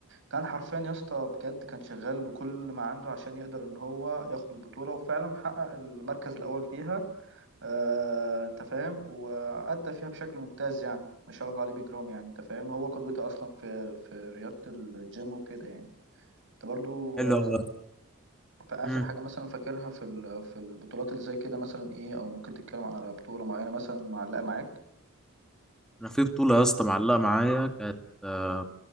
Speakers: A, on the right; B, in the centre.
A: كان حرفيا يا اسطى بجد كان شغال بكل ما عنده عشان يقدر ان هو ياخد البطوله وفعلا حقق المركز الاول فيها آه، انت فاهم وادى فيها بشكل ممتاز يعني ما شاء الله عليه بجرام يعني انت فاهم هو قدوتي اصلا في في رياضه الجيم وكده يعني انت برضو
B: حلو
A: آه،
B: والله
A: في اخر
B: امم
A: حاجه مثلا فاكرها في ال- في البطولات اللي زي كده مثلا ايه او ممكن تتكلم على بطوله معينه مثلا معلقه معاك
B: انا في بطولة يا اسطى معلقة معايا كانت آه،